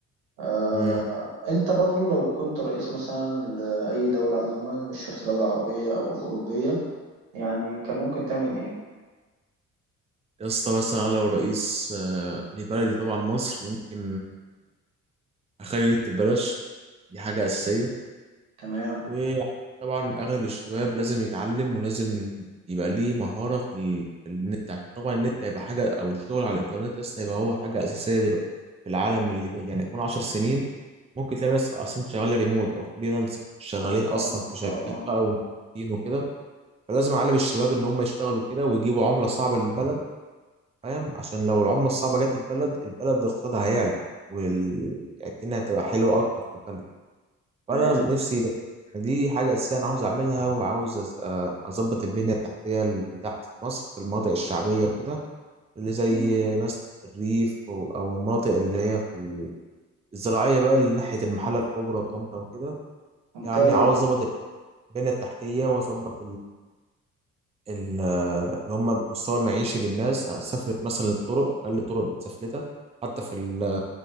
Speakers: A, on the right; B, on the right.
A: آه،
B: امم
A: انت برضو لو كنت رئيس مثلا لأي دولة عموما مش شرط دولة عربية أو أوروبية يعني كان ممكن تعمل ايه؟
B: يا اسطى مثلا أنا لو رئيس آه، لبلدي طبعا مصر ممكن اخلي النت ببلاش دي حاجه اساسيه
A: تمام
B: وطبعا اغلب الشباب لازم يتعلم ولازم يبقى ليه مهاره في, ال... في النت عشان طبعا النت هيبقى حاجه او الشغل على الانترنت يا اسطى هيبقى هو حاجه اساسيه دلوقتي في العالم اللي جاي يعني كمان 10 سنين ممكن تلاقي ناس اصلا شغاله ريموت او فريلانس شغالين اصلا
A: اه
B: في شركات
A: اه
B: بقى وموظفين وكده فلازم اعلم الشباب ان هم يشتغلوا كده ويجيبوا عمله صعبه للبلد فاهم عشان لو العمله الصعبه جت البلد البلد اقتصادها هيعلى وال يعني الدنيا هتبقى حلوه اكتر في البلد
A: تمام
B: وانا نفسي بقى يعني دي حاجه اساسيه انا عاوز اعملها وعاوز أز- آه، اظبط البنيه التحتيه اللي تحت في مصر في المناطق الشعبيه وكده اللي زي
A: مم.
B: مثلا الريف او أو المناطق اللي هي في الزراعيه بقى اللي ناحيه المحله الكبرى وطنطا وكده
A: ممتاز
B: يعني عاوز
A: والله
B: اظبط البنيه التحتيه واظبط ال- اللي هم مستوى المعيشي للناس سافلت مثلا الطرق أقل الطرق متسفلتة حتى في ال-